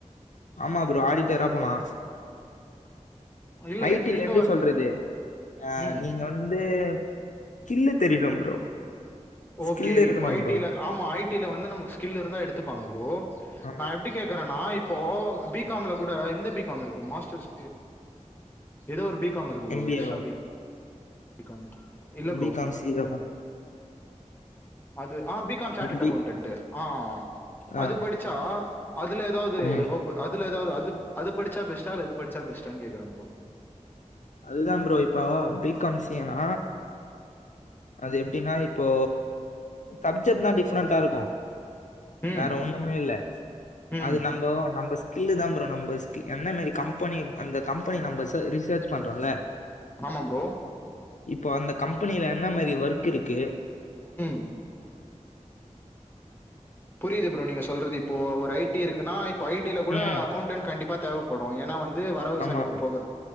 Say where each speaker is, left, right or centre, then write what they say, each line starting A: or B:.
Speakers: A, on the left; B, on the left.
A: ஆமா ப்ரோ ஆடிட்டரா போலா
B: இல்ல
A: ஐ
B: என்
A: டி
B: ஃப்ரெண்டு
A: ல எப்டி
B: ஒரு
A: சொல்றது ஆ
B: ம்
A: நீங்க வந்து கிள்ளு தெரியனு ப்ரோ
B: ஓகே
A: ஸ்கில் இருக்கணு
B: இப்ப ஐ
A: ப்ரோ
B: டி ல ஆமா ஐ டி ல வந்து நமக்கு ஸ்கில் இருந்தா எடுத்துப்பாங்க ப்ரோ
A: ஆமா
B: நா எப்டி கே க்கறனா இப்போ பி காம் ல கூட இந்த பி காம் இருக்கு மாஸ்டர்ஸ் ஏதோ ஒரு பி காம் இருக்கு ப்ரோ
A: எம்பிஏவா
B: எக்ஸ்ட்ரா பி காம் இல்ல
A: B
B: bro
A: com C A தா
B: அது ஆ B com chartered
A: B
B: accountant ஆ
A: ஆ
B: அது படிச்சா அதுல எதாவது
A: ம்
B: ஹோப் பு அதுல எதாவது அது படிச்சா பெஸ்டா இல்ல இது படிச்சா பெஸ்ட்டானு கேக்குற ப்ரோ
A: அதுதா ப்ரோ இப்ப பி காம் சி ஏ னா அது எப்டின்னா இப்போ சப்ஜெக்ட்லா டிஃப்ரெண்டா இருக்கு
B: ம்
A: வேற ஒண்ணுமே இல்ல
B: ம்.
A: அது நம்போ நம்ப ஸ்கில்லு தா ப்ரோ நம்ப என்ன மாரி கம்பெனி அந்த கம்பெனி நம்பர்ஸ் ரிசர்ச் பண்றோல
B: ஆமா ப்ரோ
A: இப்போ அந்த கம்பெனில என்னா மாரி ஒர்க் இருக்கு
B: ம் புரியுது ப்ரோ நீங்க சொல்றது இப்போ ஒரு ஐ டி இருக்குன்னா இப்போ ஐ டி ல கூட
A: ம்
B: அக்கௌண்ட் டன் கண்டிப்பா தேவப்படு ஏன்னா வந்து வரவு
A: ஆமா
B: செலவு போக